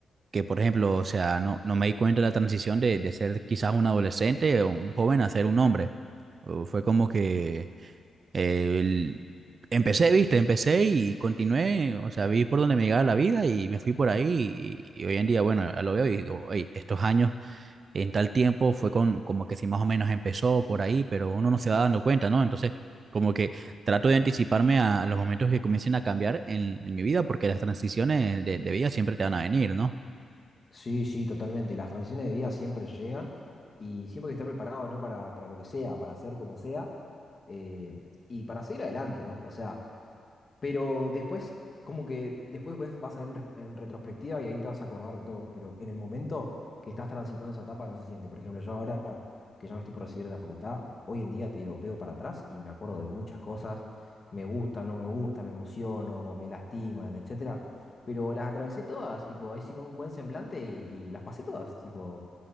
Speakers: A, on the right (about 40°); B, on the left (about 25°).
A: que por ejemplo, o sea, no, no me di cuenta de la transición de, de ser quizás un adolescente o un joven a ser un hombre. O Fue como que eh, el- empecé, viste, empecé y continué, o sea, vi por donde me llegaba la vida y me fui por ahí y, y hoy en día, bueno, ya lo veo y digo, "Ey, estos años en tal tiempo fue con, como que si más o menos empezó por ahí, pero uno no se va dando cuenta, ¿no? Entonces, como que trato de anticiparme a, a los momentos que comiencen a cambiar en, en mi vida, porque las transiciones de, de vida siempre te van a venir, ¿no?
B: Sí, sí, totalmente. Las transiciones de vida siempre llegan y siempre hay que estar preparado, ¿no? Para, para lo que sea, para hacer como sea eh, y para seguir adelante, ¿no? O sea, pero después, como que después ves, vas a ver en, res- en retrospectiva y ahí te vas a acordar de todo. Pero en el momento que estás transitando esa etapa no se siente. Por ejemplo, yo ahora que ya me estoy por recibir de la facultad, hoy en día te digo, veo para atrás y me acuerdo de muchas cosas. Me gustan, no me gustan, me emociono, me lastiman, etcétera. Pero las atravesé todas, tipo, ahí sí con un buen semblante y, y las pasé todas. Tipo,